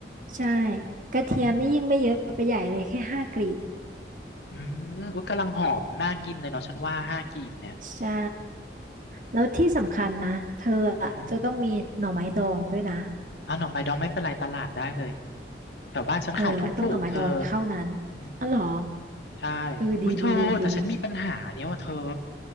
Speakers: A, on the right; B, on the left.
A: ใช่กระเทียมนี่ยิ่งไม่เยอะไปใหญ่เลยแค่ห้ากลีบ
B: อืมอุ๊ยกำลังหอมน่ากินเลยเนาะฉันว่าห้ากีบเนี่ย
A: ใช่แล้วที่สำคัญนะเธออะจะต้องมีหน่อไม้ดองด้วยนะ
B: อือหืออ้าวหน่อไม้ดองไม่เป็นไรตลาดได้เลยแถวบ้านฉันขายถูกๆเธอ
A: เออต้องหน่อไม้ดองเท่านั้น
B: อืม
A: อ๋อเหรอ
B: ใช่
A: เออดีดีดีดี
B: อุ้ยเธอแต่ฉันมีปัญหาเนี้ยว่าเธอ